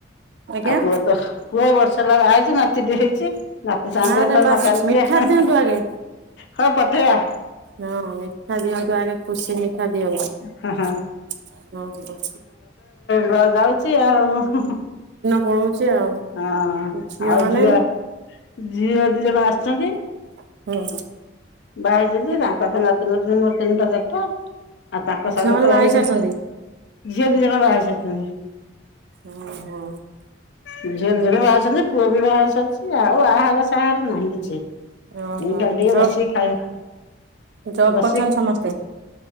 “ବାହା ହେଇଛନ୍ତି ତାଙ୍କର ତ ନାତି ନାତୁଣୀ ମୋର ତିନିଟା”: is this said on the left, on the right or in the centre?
Left